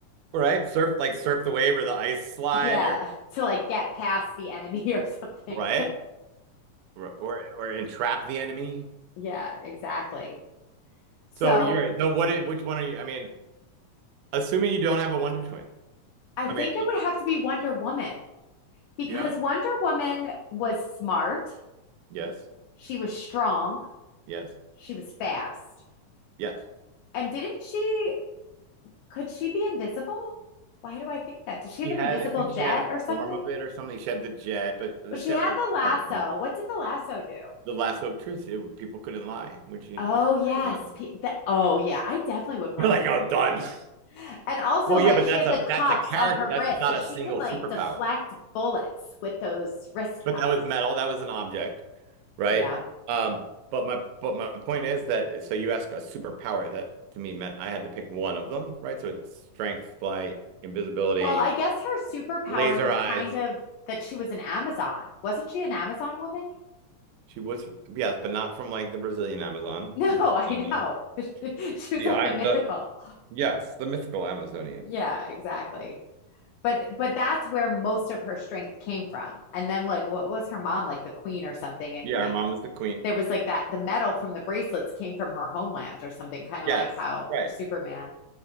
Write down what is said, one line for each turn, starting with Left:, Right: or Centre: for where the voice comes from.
Right: right, surf like surf the wave or the ice slide
Left: Yeah.
Right: or
Left: to like get past the enemy <laughs> or something.
Right: right, or or, or entrap the enemy.
Left: Yeah, exactly. So
Right: So you're no, what? Which one are you? I mean, assuming you don't have a Wonder Twin.
Left: I
Right: I
Left: think
Right: mean,
Left: it would have to be Wonder Woman because
Right: yeah,
Left: Wonder Woman was smart.
Right: yes,
Left: She was strong.
Right: yes,
Left: She was fast.
Right: yes.
Left: And didn't she, could she be invisible? Why do I think that? Did she have
Right: She
Left: an
Right: had,
Left: invisible
Right: I think
Left: jet
Right: she had a
Left: or something?
Right: form of it or something. She had the jet, but the
Left: Well, she
Right: jet
Left: had
Right: was
Left: the
Right: a
Left: lasso.
Right: cartoon.
Left: What did the lasso do?
Right: The Lasso of Truth. it- people couldn't lie when she
Left: Oh,
Right: if she
Left: yes.
Right: had them with it.
Left: P- the, oh, yeah. I definitely would want
Right: You're like,
Left: to be
Right: oh,
Left: Wonder
Right: done.
Left: Woman.
Right: <laughs>
Left: And also,
Right: Well,
Left: like,
Right: yeah, but
Left: she
Right: that's
Left: had
Right: a
Left: the cuffs
Right: that's a character.
Left: on her
Right: That's
Left: wrist,
Right: not
Left: so she
Right: a single
Left: could like
Right: superpower.
Left: deflect bullets with those wrist
Right: But
Left: cuffs.
Right: that was metal. That was an object, right?
Left: Yeah.
Right: Um, but my but my point is that so you ask a superpower that to me meant I had to pick one of them, right? So it's strength, flight, invisibility,
Left: Well, I guess her superpower
Right: laser
Left: was
Right: eyes,
Left: kind of that she was an Amazon. Wasn't she an Amazon woman?
Right: She was, yes, but not from like the Brazilian Amazon.
Left: <laughs> No,
Right: It was
Left: I
Right: the
Left: know. <laughs> She was
Right: the
Left: like
Right: I
Left: the mythical.
Right: the yes, the mythical Amazonians.
Left: Yeah, exactly. But but that's where most of her strength came from. And then like what was her mom like the queen or something and
Right: Yeah,
Left: like
Right: her mom was the queen.
Left: there was like that the metal from the bracelets came from her homeland or something kind
Right: Yes,
Left: of like how
Right: right.
Left: Superman.